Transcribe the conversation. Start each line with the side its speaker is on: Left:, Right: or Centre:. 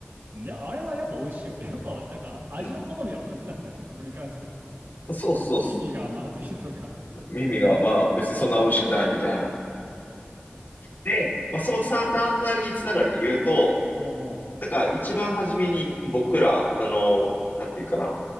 Right: いや、あれはやっぱ美味しいわ。<laughs> やっぱなんか味の好みは同じなんだね、
Left: うん。
Right: そこに関しては。
Left: そうそうっす。
Right: み、耳がまずいとか。
Left: 耳が、まあ別にそんな美味しくないみたいな。で、まあそのサーターアンダギーつながりで言うと、
Right: おうおう。
Left: なんか一番初めに僕ら、あの、なんていうかな。